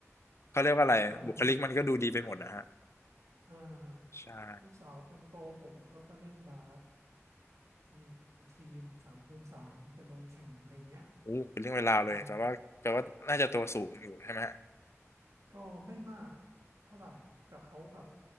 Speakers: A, on the left; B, on the right.
A: เขาเรียกว่าอะไรบุคลิกมันก็ดูดีไปหมดนะฮะ
B: อ่าอ่าลูกสาวคนโตผมเขาก็เล่นบาส
A: ใช่
B: มีทีมสามคูณสามไปลงแข่งอะไรเงี้ย
A: อู้เป็นเรื่องเวลาวเลยแปลว่าแปลว่าน่าจะตัวสูงอยู่ใช่ไหมฮะ
B: อืม ก็ไม่มากเท่าไหร่ แต่เขาแบบ